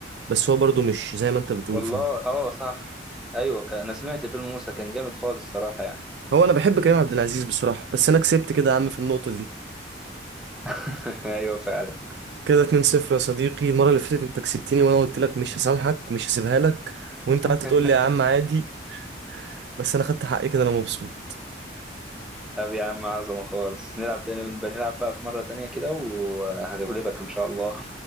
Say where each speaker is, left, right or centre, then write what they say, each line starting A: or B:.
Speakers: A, on the right (about 65°); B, in the centre.
A: بس هو برضه مش زي ما انت بتقول
B: والله
A: فاهم
B: اه صح أيوه كان- أنا سمعت فيلم موسى كان جامد خالص صراحة يعني
A: هو انا بحب كريم عبد العزيز بصراحة بس انا كسبت كده يا عم في النقطة دي
B: <laughs> أيوه فعلا
A: كده 2-0 يا صديقي المرة اللي فاتت انت كسبتني وانا قلت لك مش هسامحك مش هسيبها لك وانت
B: <laughs>
A: قعدت تقول لي يا عم عادي بس انا خدت حقي كده انا مبسوط
B: طب يا عم عظمة خالص نلعب تاني بنلعب بقى في مرة تانية كده وهغلبك إن شاء الله